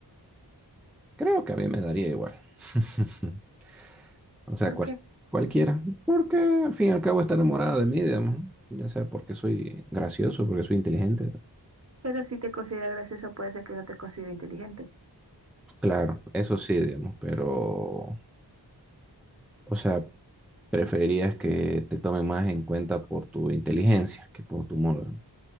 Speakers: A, in the centre; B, on the right.
A: Creo que a mí me daría igual. <laughs> O sea,
B: ¿Por
A: cual-
B: qué?
A: cualquiera. Porque al fin y al cabo está enamorada de mí, digamos. ¿no? Ya sea porque soy gracioso, porque soy inteligente.
B: Pero si te considera gracioso, puede ser que no te considere inteligente.
A: Claro, eso sí, digamos. Pero, o sea, preferirías que te tomen más en cuenta por tu inteligencia que por tu humor.